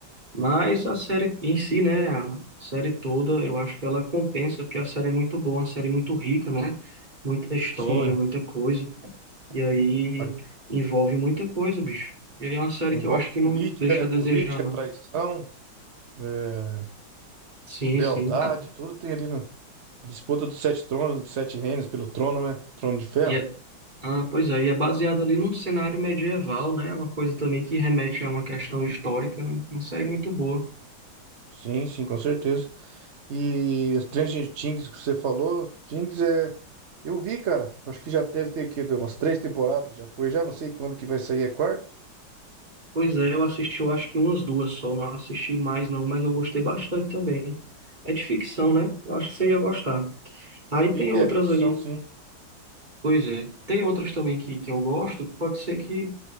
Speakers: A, on the right (about 25°); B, on the right (about 60°).
A: Mas a série em si, né? A série toda, eu acho que ela compensa, porque a série é muito boa, uma série muito rica, né? Muita história,
B: Sim,
A: muita coisa. E aí
B: a-
A: envolve muita coisa, bicho. E aí é uma série
B: envolve
A: que eu acho que
B: política,
A: não deixa
B: né?
A: a
B: Política,
A: desejar, não.
B: traição, é,
A: Sim,
B: lealdade,
A: sim. A-
B: tudo tem ali na disputa dos sete tronos, dos sete reinos pelo trono, né? Trono de ferro.
A: e é- ah, pois é, e é baseado ali num cenário medieval, né? Uma coisa também que remete a uma questão histórica. né? Uma série muito boa.
B: Sim, sim, com certeza. E Stranger Things que você falou, Things é. Eu vi, cara. Acho que já deve ter aqui umas três temporadas que já foi, já não sei quando que vai sair a quarta.
A: Pois é, eu assisti, eu acho que umas duas só, não assisti mais não, mas eu gostei bastante também. É de ficção, né? Eu acho que você ia gostar. Aí
B: Fic-
A: tem outras
B: É ficção,
A: aí
B: sim.
A: Pois é. Tem outras também que, que eu gosto, pode ser que,